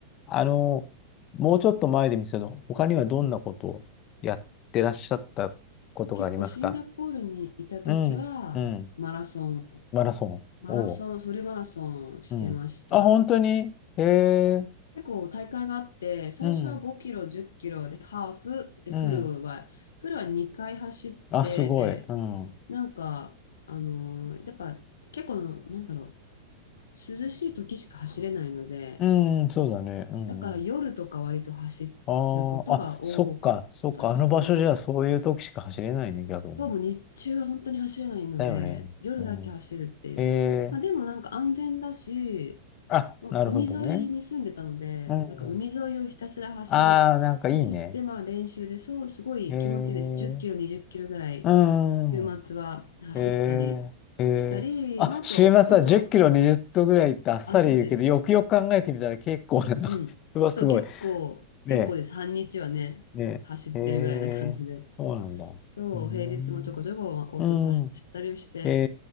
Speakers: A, on the left; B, on the left.
A: あの、もうちょっと前で見せの、他にはどんなことをやってらっしゃったことがありますか
B: うん結構シンガポールにいた時はマラソン
A: うん。うん。マラソン。
B: マラソン、
A: おう。
B: フルマラソンしてました。
A: うん。あ、本当にへえ。
B: 結構大会があって、最初は5キロ、
A: うん。
B: 10キロでハーフ、でフルは、
A: うん。
B: フルは2回走って、
A: あ、すごい。うん。
B: なんか、あのーやっぱ結構、なんだろう、涼しい時しか走れないので、
A: うん、そうだね。うん。
B: だから夜とか割と走ることが多かったですね。
A: うんああ、あ、そっか、そっか、あの場所じゃそういう時しか走れないね、逆に。
B: そうも日中は本当に走れないので、
A: だよね。
B: 夜だけ走るっていう。
A: うん。ええ
B: まあ、でもなんか安全だし、
A: あ、
B: の海沿いに住んでたので、
A: なるほどね。うん。
B: なんか海沿いをひたすら走る、
A: ああ、なんかいいね。
B: 走って、まあ練習で、そう、すごい気持ちいいです。
A: ええ
B: 10キロ、20キロぐらい、
A: うん。
B: 週末は走ったりしたり、
A: ええええあ、
B: まあ、あとは夫と、
A: 週末は10キロ20度ぐらいってあっさり言うけど、
B: あ、そうです。
A: よくよく考えてみたら結構な長さ、
B: うん。
A: <laughs> うわ、
B: そう、
A: すごい。
B: 結構、
A: ね
B: 結構です。半日はね、
A: え、ねえ、
B: 走ってるぐらいな感じで。
A: ええそうなんだ。うーん。
B: そう、平日もちょこちょこ夫と走ったりして、
A: うん。え